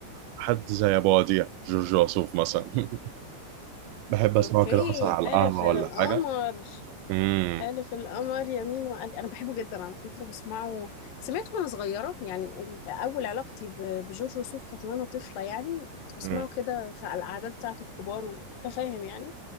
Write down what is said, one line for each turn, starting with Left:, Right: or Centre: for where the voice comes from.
Right: حد زي ابو وديع جورج وسوف مثلا <laughs> بحب اسمعه
Left: اوكي
Right: كده مثلا على
Left: حلف
Right: القهوه
Left: القمر
Right: ولا حاجه امم
Left: حلف القمر يمين وقال انا بحبه جدا على فكره بسمعه سمعته وانا صغيره يعني ال- اول علاقتي ب- بجورج وسوف كانت وانا طفله يعني كنت بسمعه
Right: امم
Left: كده في على الاعداد بتاعه الكبار وانت فاهم يعني